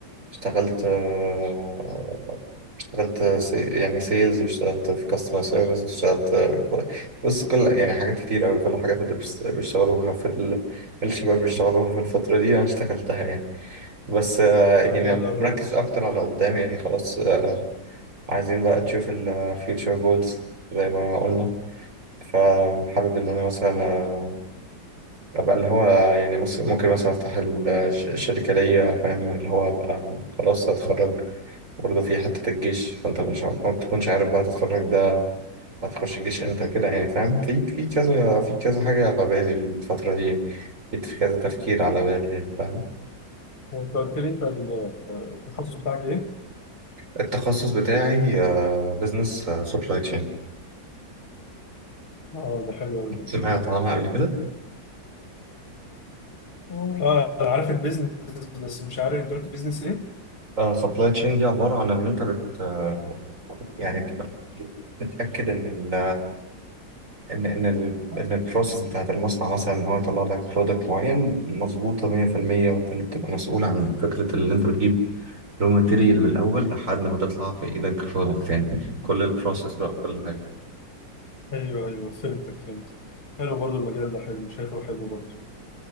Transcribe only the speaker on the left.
ده
جامد قوي
والله
هو انت قلت لي انت ال- التخصص بتاعك ايه
اه ده حلو قوي ده
اه انا عارف البيزنس بس مش عارف انت قلت بيزنس ايه
ايوه ايوه فهمتك فهمت حلو برضه المجال ده حلو شايفه حلو برضه